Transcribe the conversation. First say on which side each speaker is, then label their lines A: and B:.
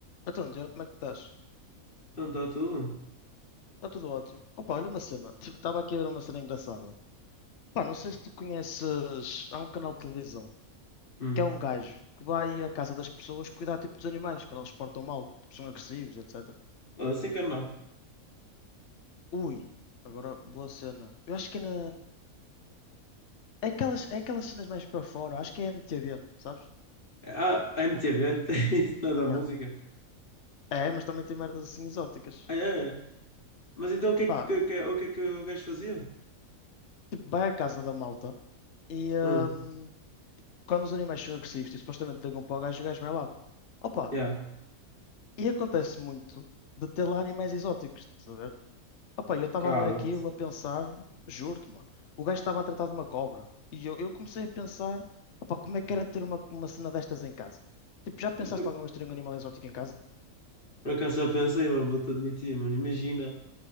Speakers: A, on the left (about 60°); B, on the left (about 40°).
A: Então, Diogo, como é que estás?
B: Então está tudo?
A: Está tudo ótimo. Opa, olha uma cena. Tipo, Estava aqui a ver uma cena engraçada. Pá, não sei se tu conheces. Há um canal de televisão
B: Hum.
A: que é um gajo que vai à casa das pessoas cuidar tipo dos animais quando eles se portam mal, tipo, são agressivos, etc.
B: Assim que eu não.
A: Ui, agora boa cena. Eu acho que é na. É aquelas, é aquelas cenas mais para fora. Acho que é MTV, sabes?
B: Ah, a MTV, não tem <laughs> isso não é da música.
A: Yeah. É, mas também tem merdas assim exóticas.
B: Ah, é? é. Mas então o que é
A: Pá,
B: que, o que, é- o que, é que o gajo fazia?
A: tipo, vai à casa da malta e
B: Hum.
A: hum, quando os animais são agressivos, tipo, supostamente ligam para o gajo, o gajo vai lá. Opa.
B: Yeah,
A: E acontece muito de ter lá animais exóticos, estás a ver? Opa, eu estava
B: cala-te.
A: a ver aquilo, a pensar, juro-te, mano, o gajo estava a tratar de uma cobra. E eu, eu comecei a pensar, opa, como é que era ter uma, uma cena destas em casa? Tipo, já pensaste
B: No-
A: alguma vez ter um animal exótico em casa?
B: Por acaso já pensei, mas vou-te admitir, mano. Imagina